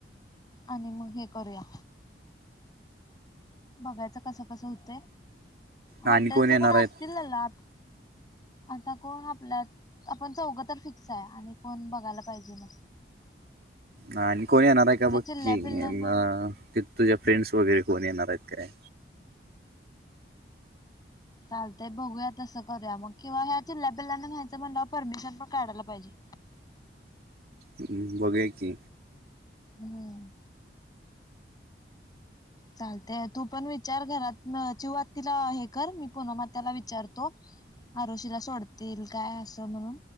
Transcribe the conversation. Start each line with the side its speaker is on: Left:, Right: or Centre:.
Left: आणि मग हे करूया बघायचं कसं कसं होत हॉटेलच
Right: आणि कोण येणार
Left: पण
Right: आहेत
Left: असतील ना ला आता कोण आपल्या आपण चौघं तर फिक्स आहे आणि कोण बघायला पाहिजे मग
Right: आणि कोण येणार आहे का
Left: त्या
Right: बघ
Left: चिल्ल्या
Right: की
Left: पिल्ल्यांना
Right: तुझ्या फ्रेंड्स वगैरे कोण येणार आहेत काय
Left: चालतंय बघूया तसं करूया मग किंवा ह्या चिल्ल्या पिल्लां घ्यायचं म्हण परमिशन पण काढायला पाहिजे
Right: ह् बघे की
Left: हम्म चालतेय तू पण विचार घरात चिवात तिला हे कर मी पुनम त्याला विचारतो आरुशीला सोडतील काय असं म्हणून